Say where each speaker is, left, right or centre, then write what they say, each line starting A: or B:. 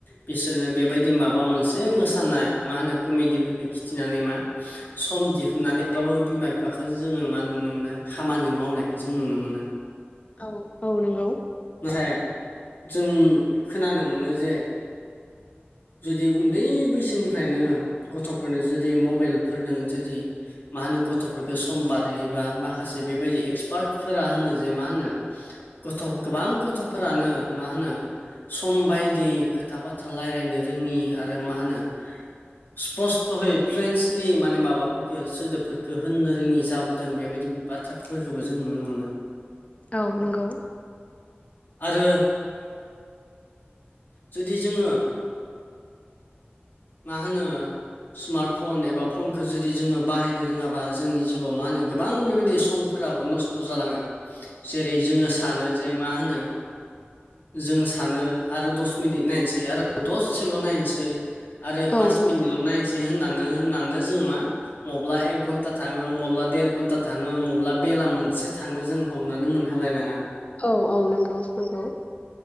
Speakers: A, on the left; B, on the left.
A: बिसोरनो बेबायदि माबा मोनसे मोसानाय मा होनो कमेडिफोरखौ खिथिनानै मा सम दिहुननानैबाबो बिमा बिफाखो जोंङो मा नुनो मोनो खामानि मावनायखौ जों नुनो मोनो। <inaudible>
B: औ औ नंगौ
A: नाथाय जों खोनानो मोनो जे जुदि उन्दै बै बिनिफ्रायनो गथ'फोरनो जुदि मबाइलफोरजों जुदि मा होनो गथ'फोरखो सम बारहैयोबा माखासे बेबायदि एक्सपार्टफोरा होनो जे मा होनो गथ' गोबां गथ'फोरानो मा होनो सम बायदि खोथा बाथ्रा रायलायनो रोङि आरो मा होनो स्पस्त'यै फ्लुेन्सलि माने माबाफोरखौ सोदोबफोरखौ होननो रोङि जाबोदों बेबायदि बा ट्राकफोरखौबो जों नुनो मोनो।
B: औ नंगौ
A: आरो जुदि जोंङो मा होनो स्मार्ट फन एबा फनखौ जुदि जोंङो बाहायनो रोङाबा जोंनि जिउआव मा होनो गोबां बेबायदि सम फोराबो नस्थ' जालाङो जेरै जोंङो सानो जे मा होनो जों सानो आरो दस मिनिट नायनोसै आरो दसेल' नायनोसै आरो
B: औ
A: पास मिनिटल' नायसै होननानो होननानो जोंङो मा मब्ला एक घन्टा थाङो मब्ला देर घन्टा थाङो मब्ला बेला मोनसे थाङो जों हमनानै मोनहालायलाङा
B: औ औ नंगौ नंगौ